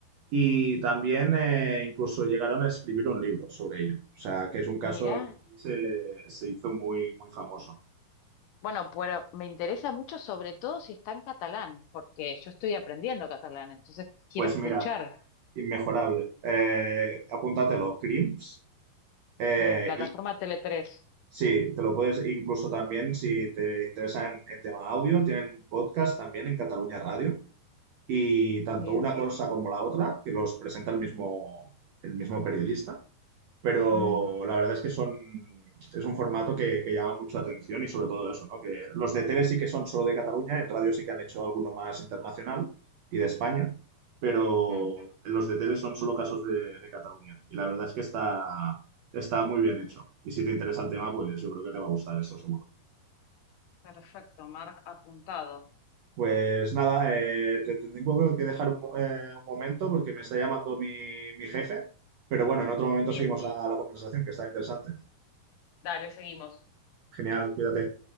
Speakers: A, on the right; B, on the left.
A: Y también eh, incluso llegaron a escribir un libro sobre ello. O sea, que es un caso
B: Mirá.
A: que aquí se, se hizo muy, muy famoso.
B: Bueno, pero me interesa mucho, sobre todo si está en catalán, porque yo estoy aprendiendo catalán, entonces quiero
A: Pues
B: escuchar.
A: mira, inmejorable. Eh, apúntatelo, CRIMS. eh,
B: Bien, plataforma Tele3.
A: Sí, te lo puedes, incluso también si te interesa en, en tema audio, tienen un podcast también en Cataluña Radio y tanto
B: Bien.
A: una cosa como la otra, que los presenta el mismo, el mismo periodista, pero
B: Mm.
A: la verdad es que son, es un formato que, que llama mucho la atención y sobre todo eso, ¿no? Que los de tele sí que son solo de Cataluña, en radio sí que han hecho alguno más internacional y de España, pero
B: Mm,
A: los de tele son solo casos de, de Cataluña y la verdad es que está, está muy bien hecho. Y si te interesa el tema, pues yo creo que te va a gustar esto seguro.
B: perfecto, Mark apuntado.
A: Pues nada, eh, te, te tengo que dejar un, mo- eh, un momento porque me está llamando mi, mi jefe, pero bueno, en otro momento
B: Bien,
A: seguimos la la conversación que está interesante.
B: dale vos.
A: Genial, cuídate.